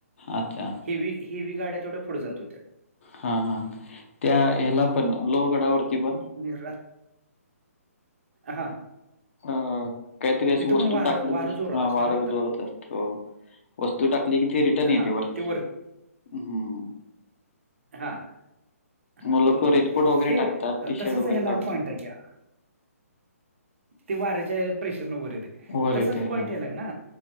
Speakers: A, on the left; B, on the right.
A: अच्छा.
B: हेव्ही हेव्ही गाड्या तेवढ्या पुढे जात होत्या.
A: हा हा, त्या याला पण लोहगडावरती पण
B: निरातं हां,
A: अ काहीतरी अशी
B: तिथं
A: वस्तू
B: पण वारं
A: टाकली
B: वारं जोरात
A: हा
B: असतंय
A: वार
B: ना आत्ता.
A: जोरात असतो. वस्तू टाकली कि ते रिटर्न
B: हां,
A: येते वरती.
B: ते
A: हम्म,
B: हा, हा,
A: लोक
B: हो
A: रेनकोट वगैरे
B: ते
A: टाकतात, टी शर्ट
B: तसच
A: वगैरे
B: ह्याला
A: काढून
B: पॉईंट
A: टाकतात.
B: आहे क्या. ते वाऱ्याच्या प्रेशरन वर येते.
A: वर
B: तसच
A: येते.
B: पॉइंट
A: हां.
B: ह्याला आहे ना,